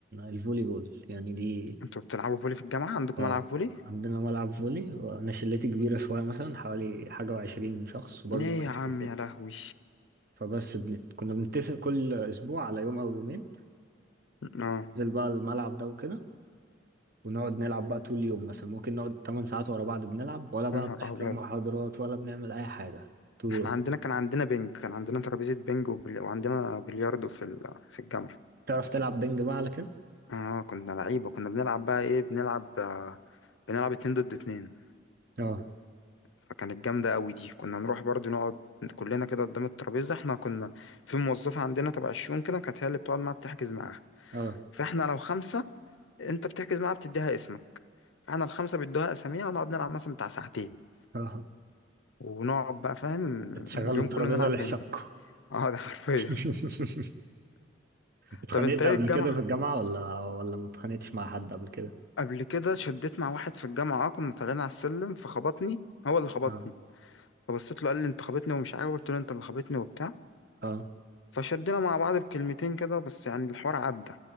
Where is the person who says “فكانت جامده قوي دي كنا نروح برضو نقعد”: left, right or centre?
Left